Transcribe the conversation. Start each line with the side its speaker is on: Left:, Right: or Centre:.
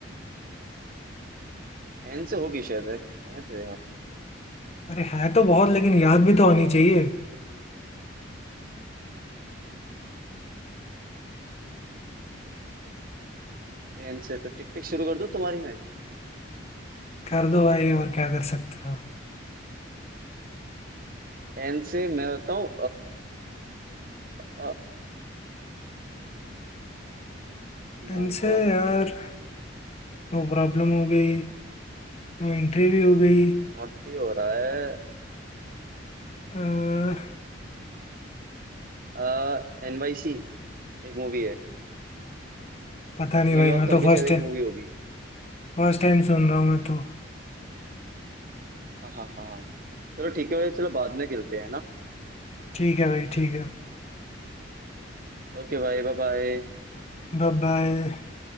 Right: एन से होगी शायद है एन से है यार
Left: अरे है तो
Right: एन
Left: बहुत
Right: से
Left: लेकिन याद भी तो आनी चाहिए
Right: एन से तो टिक टिक शुरू कर दूं तुम्हारी में
Left: कर दो भाई और क्या कर सकते हो
Right: एन से मैं बताऊं अ नो
Left: इनसे
Right: प्रॉपर
Left: यार नो प्रॉब्लम हो गई नो एंट्री भी हो गई
Right: नॉटी हो रहा
Left: अह,
Right: है एन वाई सी एक मूवी है
Left: पता नहीं
Right: न्यूयॉर्क
Left: भाई मैं
Right: करके
Left: तो फर्स्ट
Right: शायद एक मूवी होगी
Left: फर्स्ट टाइम सुन रहा हूँ मैं तो
Right: हाँ हाँ हाँ हाँ। चलो ठीक है भाई चलो बाद में खेलते हैं ना
Left: ठीक है भाई ठीक है
Right: ओके भाई बाय बाय
Left: Bye bye